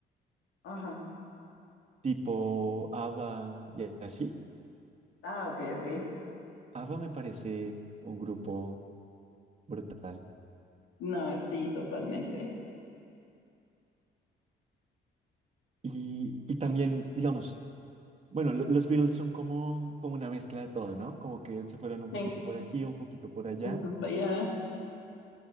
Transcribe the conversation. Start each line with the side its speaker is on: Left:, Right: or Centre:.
Left: Ajá.
Right: tipo ABBA y así.
Left: Ah, ok, ok.
Right: ABBA me parece un grupo brutal.
Left: No, sí, totalmente.
Right: Y, y también, digamos, bueno, lo- los Beatles son como, como una mezcla de todo, ¿no? Como que se fueron un
Left: Sí,
Right: poquito por aquí, un poquito por allá
Left: voy para allá.